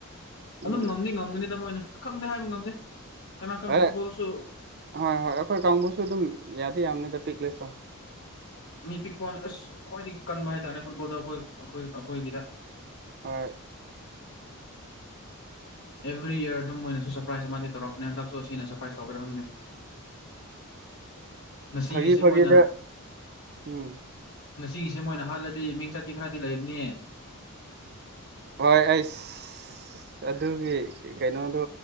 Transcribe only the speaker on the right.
ꯎꯝ
ꯍꯣꯏ
ꯍꯣꯏ ꯍꯣꯏ ꯑꯩꯈꯣꯏ ꯀꯥꯡꯕꯨꯁꯨ ꯑꯗꯨꯝ ꯌꯥꯗꯤ ꯌꯥꯕꯅꯤꯗ ꯄꯤꯛ ꯂꯁꯨ
ꯍꯣꯏ
ꯐꯥꯒꯤ ꯐꯥꯒꯤꯗ
ꯎꯝ
ꯍꯣꯏ ꯑꯩꯁ ꯑꯗꯨꯒꯤ ꯀꯩꯅꯣꯗꯨ